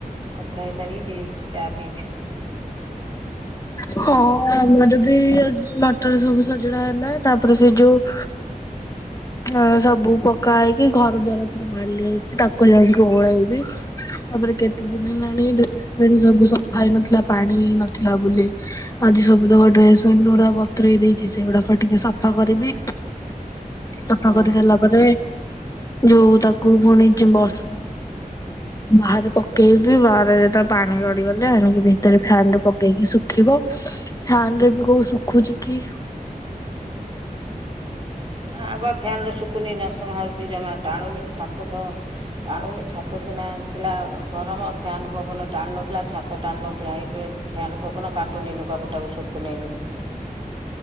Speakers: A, on the right; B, on the left.
A: କଥା ହେଇସାରିକି ଯିବି ଚା ପିଇବି।
B: ହଁ।
A: ଆଉ
B: ଆମର ବି ମଟର ସବୁ ସଜଡା ହେଲା, ତାପରେ ସେ ଯୋଉ ଅ ସବୁ ପକା ହେଇକି, ଘର ଦ୍ୱାର ସବୁ ବାଲି ହେଇଛି, ତାକୁ ଜାଇକି ଓଳେଇବି। ତାପରେ କେତେ ଦିନି ହେଲାଣି ଡ୍ରେସପେଣ୍ଟ ସବୁ ସଫା ହେଇନଥିଲା, ପାଣି ନଥିଲା ବୋଲି। ଆଜି ସବୁ ତକ ଡ୍ରେସପେଣ୍ଟ ଗୁଡା ବତୁରେଇ ଦେଇଛି, ସେଗୁଡାକ ଟିକେ ସଫା କରିବି। ସଫା
A: ହଁ
B: କରି ସାରିଲା ପରେ, ଯୋଉ ତାକୁ ପୁଣି ବଷ ବାହାରେ ପକେଇବି, ବାହାରେ ଯେ ତା ପାଣି ଗଡିଗଲେ ଆଣିକି ଭିତରେ ଫ୍ୟାନ ରେ ପକେଇକି ଶୁଖିବ। ଫ୍ୟାନ ରେ ବି କୋଉ ଶୁଖୁଛି କି।
A: ନା ବା ଫ୍ୟାନ ରେ ଶୁଖୁନି ନଶମା ହଉଛି ଜମା ଟାଣୁନି। ଛାତ ତ ଟାଣୁନି, ଛାତ ସିନା ଥିଲା ଗରମ, ଫ୍ୟାନ୍ ପବନ ଟାଣୁ ନଥିଲା ଛା ତ ଟାଣି ନଉଥିଲା, ଏବେ ଫ୍ୟାନ୍ ପବନ କା କାଟୁନୀ ଲୁଗାପଟାକୁ, ଶୁକୁନେଇ ବି।